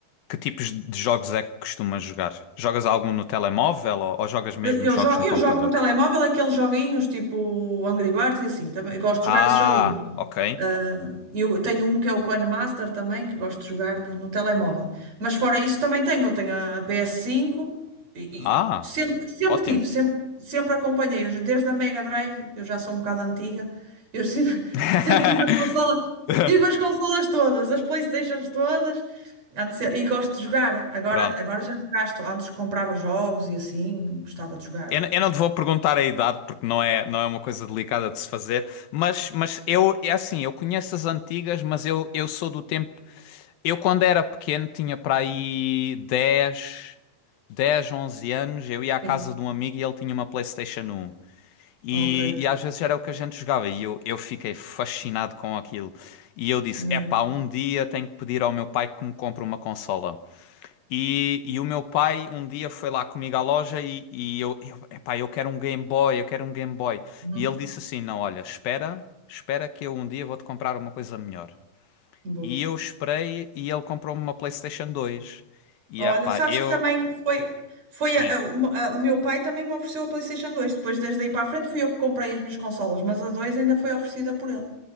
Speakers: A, on the left; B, on the right.
A: que tipos de jogos é que costumas jogar? Jogas algum no telemóvel ou, ou jogas mesmo
B: Eu, eu
A: jogos
B: jo-
A: no
B: eu
A: computador?
B: jogo no telemóvel aqueles joguinhos tipo Angry Birds e assim, também gosto de
A: Ah,
B: jogar esses joguinhos.
A: ok.
B: Ah, Eu tenho um que é o Coin Master também, que gosto de jogar no, no telemóvel. Mas fora isso também tenho. Eu tenho a, a PS5 e,
A: Ah,
B: e sempre, sempre
A: ótimo.
B: tive, sempre, sempre acompanhei. Eu, desde a Mega Drive, eu já sou um bocado antiga, eu sempre,
A: <laughs>
B: <laughs> sempre tive as consolas, tive as
A: <laughs>
B: consolas todas, as PlayStations todas, antes, e gosto de jogar. Agora,
A: Pronto.
B: agora já não gasto. Antes comprava jogos e assim, gostava de jogar.
A: Eu, eu não te vou perguntar a idade porque não é, não é uma coisa delicada de se fazer, mas, mas eu, é assim, eu conheço as antigas, mas eu, eu sou do tempo. Eu, quando era pequeno, tinha para aí dez dez onze anos. Eu ia à casa
B: Sim,
A: de um amigo e ele tinha uma PlayStation um E,
B: ok,
A: e às vezes era o que a gente jogava e eu, eu fiquei fascinado com aquilo. E eu disse:
B: mesmo.
A: Epá, um dia tenho que pedir ao meu pai que me compre uma consola. E, e o meu pai um dia foi lá comigo à loja e, e eu, eu, epá, eu quero um Game Boy, eu quero um Game Boy.
B: Uhum.
A: E ele disse assim: Não, olha, espera, espera que eu um dia vou-te comprar uma coisa melhor.
B: Boa.
A: E eu esperei e ele comprou-me uma PlayStation 2. E
B: Olha,
A: epá,
B: sabes
A: eu.
B: que também foi, foi
A: Sim,
B: a- a- uma- a- o meu pai também me ofereceu a PlayStation 2. Depois, desde aí para a frente, fui eu que comprei as minhas consolas, mas a 2 ainda foi oferecida por ele